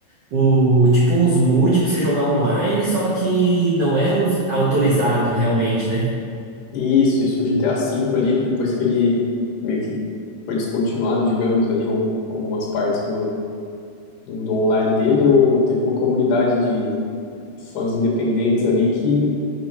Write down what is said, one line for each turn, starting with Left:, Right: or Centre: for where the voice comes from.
Right: o, tipo, uns mood pra você jogar online, só que não era os autorizado realmente, né?
Left: Isso, isso, o GTA V ali, depois que ele meio que foi descontinuado, digamos, ali, ou algumas partes do, do, do online dele, ou teve uma comunidade de fãs independentes ali que